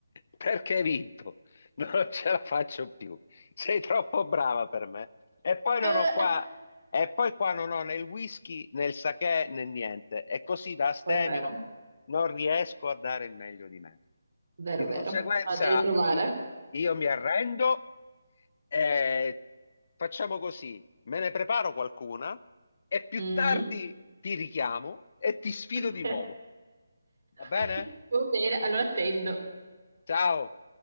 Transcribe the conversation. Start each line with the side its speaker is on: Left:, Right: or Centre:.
Left: Perché hai vinto? <laughs> Non ce la faccio più. Sei troppo brava per me. E poi non
Right: Eh,
Left: ho qua, e poi qua non ho né il whisky né il sake né niente. E così da astemio
Right: quello è vero.
Left: non riesco a dare il meglio di me.
Right: Vero,
Left: Di
Right: vero.
Left: conseguenza
Right: Ho da riprovare.
Left: i- io mi arrendo e facciamo così. Me ne preparo qualcuna e più
Right: Mhm.
Left: tardi ti richiamo e ti sfido
Right: Ok,
Left: di nuovo. Va bene?
Right: ok. Va bene, allora attendo.
Left: Ciao.